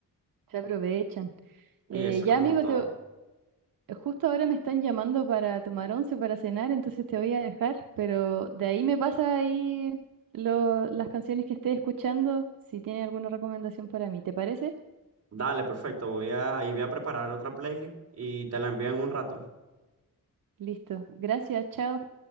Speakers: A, on the right; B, on the right.
A: Se aprovechan.
B: y
A: Eh,
B: eso es
A: ya,
B: como
A: amigo,
B: todo.
A: te, justo ahora me están llamando para tomar once, para cenar, entonces te voy a dejar, pero de ahí me pasa ahí lo- las canciones que estés escuchando, si tiene alguna recomendación para mí. ¿Te parece?
B: Dale, perfecto, voy a, ahí voy a preparar otra playlist y te la envío en un rato.
A: Listo. Gracias, chao.